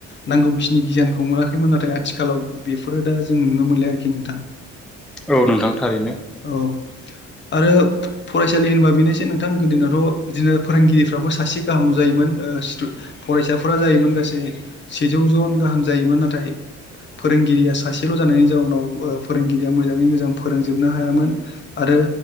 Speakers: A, on the left; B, in the centre.
A: नां गौखिनि गियानखौ मोनाखैमोन नाथाय आथिखालाव बेफोरो दा जों नुनो मोनलाय आरोखि नो
B: औ नोंथां थारैनो
A: ओ औ आरो फरायसालि होनबा बेनोसै नोंथां गोदोनथ' बिदिनो फोरोंगिरिफ्राबो सासे गाहाम जायोमोन। फरायसाफोरा जायोमोन गासै सेजौ जन गाहाम जायोमोन नाथाय फोरोंगिरिया सासेल' जानायनि जाउनाव ओ फोरोंगिरिया मोजाङै मोजां फोरोंजोबनो हायामोन आरो